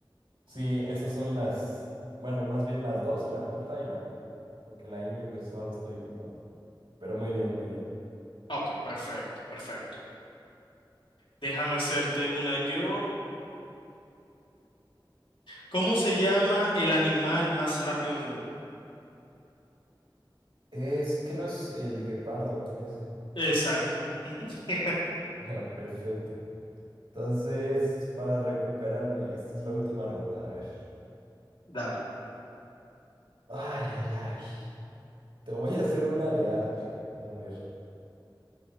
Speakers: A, on the right; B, on the left.
A: Sí, esas son las. Bueno, más bien las dos, la J y la Q. Porque la ñ, pues no la estoy contando. Pero muy bien, muy bien.
B: Ok, perfecto, perfecto. Déjame hacerte una yo. ¿Cómo se llama el animal más rápido del mundo?
A: Es que no es el guepardo ese. <laughs>
B: Exacto. Ujú. <laughs>
A: Ah, perfecto. Entonces, para recuperarme, esta es la última ronda. A ver.
B: Dale.
A: Ay, ay, ay. Te voy a hacer una de arte. A ver.